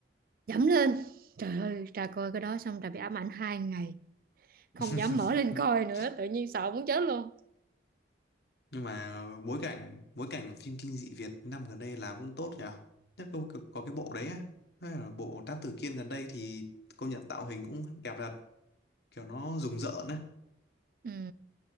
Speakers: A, on the right; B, on the left.
A: dẫm lên trời ơi trà coi cái đó xong trà bị ám ảnh hai ngày không
B: <laughs>
A: dám mở lên coi nữa tự nhiên sợ muốn chết luôn
B: nhưng mà bối cảnh bối cảnh của phim kinh dị Việt năm gần đây làm cũng tốt nhỉ nhất có, có, có cái bộ đấy á hay là bộ Thám Tử Kiên gần đây thì công nhận tạo hình cũng đẹp thật kiểu nó rùng rợn ấy
A: Ừ,